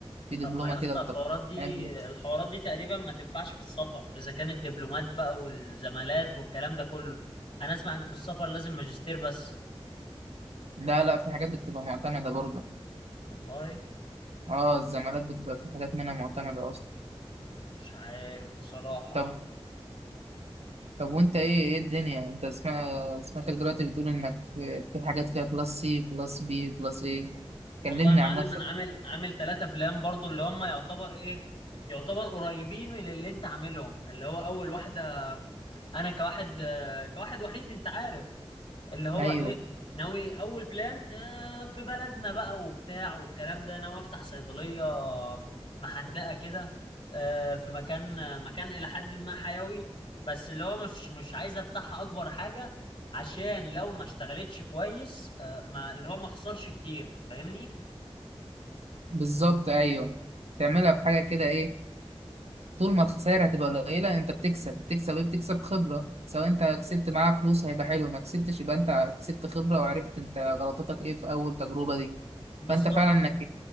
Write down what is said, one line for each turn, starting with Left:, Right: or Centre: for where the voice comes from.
Right: في دبلومة
Left: طب ما يا اسطى
Right: كده للتقويم
Left: الحوارات دي
Right: يعني
Left: الحوارات دي تقريبا ما تنفعش في السفر اذا كان الدبلومات بقى والزمالات والكلام ده كله انا اسمع ان في السفر لازم ماجستير بس
Right: لا لا في حاجات بتبقى معتمدة برضه
Left: والله
Right: اه الزمالات بتبقى في حاجات منها معتمدة أصلا
Left: مم، مش عارف بصراحة
Right: طب طب وأنت إيه إيه الدنيا أنت سمع... سمعتك دلوقتي بتقول إنك في في حاجات فيها كلاس سي كلاس بي كلاس إيه
Left: والله
Right: كلمني
Left: يا معلم
Right: عن نفسك
Left: انا عامل عامل ثلاثة بلان برضو اللي هم يعتبر ايه يعتبر قريبين من اللي انت عاملهم اللي هو اول واحدة انا كواحد آه، كواحد وحيد انت عارف اللي هو
Right: أيوه
Left: ايه ناوي اول بلان آه، في بلدنا بقى وبتاع والكلام ده ناوي افتح صيدليه محندقه كده آه، في مكان مكان الى حد ما حيوي بس اللي هو مش مش عايز افتحها اكبر حاجه عشان لو ما اشتغلتش كويس آه، ما اللي هو ما اخسرش كتير فاهمني
Right: بالظبط أيوه تعملها بحاجة كده إيه طول ما الخسائر هتبقى قليلة أنت بتكسب بتكسب إيه بتكسب خبرة سواء أنت كسبت معاها فلوس هيبقى حلو ما كسبتش يبقى أنت كسبت خبرة وعرفت أنت غلطتك إيه في أول تجربة دي
Left: بالظبط
Right: فأنت فعلا إنك